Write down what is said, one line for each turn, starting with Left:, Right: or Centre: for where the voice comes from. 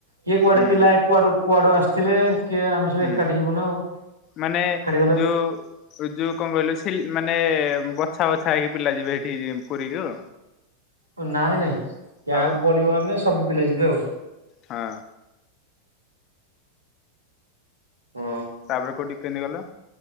Right: କିଏ କୁଆଡେ
Left: ହୁଁ
Right: ପିଲା କୁଆଡେ କୁଆଡୁ ଆସିଥିବେ କିଏ ଆମେ ସବୁ
Left: ହୁଁ
Right: ଏକାଠି ଯିବୁ ନା ଆଉ
Left: ମାନେ
Right: ଏକାଠି ଗଲେ
Left: ଯୋଉ ଯୋଉ କଣ କହିଲୁ ମାନେ ବଛା ବଛା ହେଇକି ପିଲା ଯିବେ ସେଠିକି ପୁରୀ କୁ
Right: ଓ ନାଇଁ ନାଇଁ କ୍ୟାପ
Left: ଆଉ
Right: ପଡିବ ମାନେ ସବୁ ପିଲା ଯିବେ ଆଉ
Left: ହଁ।
Right: ହଁ
Left: ତାପରେ କୋଉଠି କେମିତି ଗଲ?